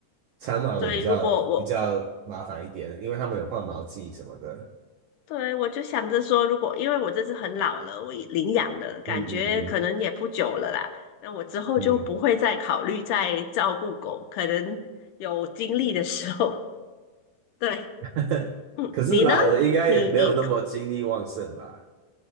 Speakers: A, on the right; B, on the left.
A: 长毛的比较比较麻烦一点，
B: 所以如果我
A: 因为他们有换毛季什么的。
B: 对，我就想着说，如果因为我这次很老了，我已领养了，感觉可能也不久了啦。
A: 嗯嗯
B: 那我之后就不会再考虑再照顾狗，
A: 嗯嗯，
B: 可能有精力的时候。<laughs> 对，
A: <laughs>
B: 嗯，
A: 可是老了应该也没有那么精力旺盛吧？
B: 你呢？你你